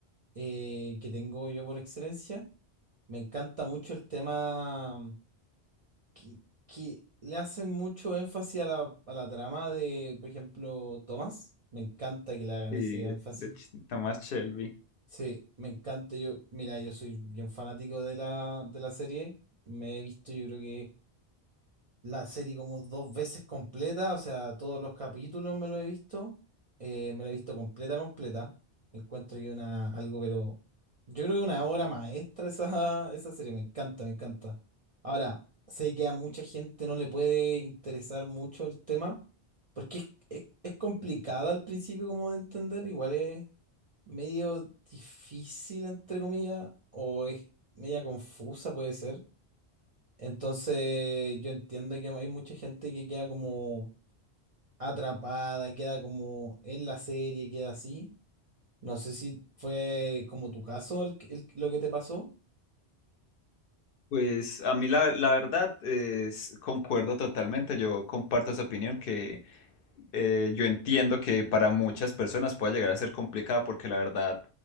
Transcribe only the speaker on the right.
eh, que tengo yo por excelencia, me encanta mucho el tema que, que le hacen mucho énfasis a la, a la trama de, por ejemplo, Tomás. Me encanta que le hagan
ese énfasis.
Sí, me encanta. Yo, mira, yo soy bien fanático de la, de la serie. Me he visto, yo creo que la serie como dos veces completa, o sea, todos los capítulos me lo he visto, eh, me lo he visto completa, completa. Encuentro que una, algo, pero yo creo que una obra maestra esa, <laughs> esa serie, me encanta, me encanta. Ahora, sé que a mucha gente no le puede interesar mucho el tema, porque es, es, es complicada al principio como de entender, igual es medio difícil, entre comillas, o es media confusa, puede ser. Entonces, yo entiendo que hay mucha gente que queda como atrapada, queda como en la serie, queda así. No sé si fue eh, como tu caso el, que- el- lo que te pasó.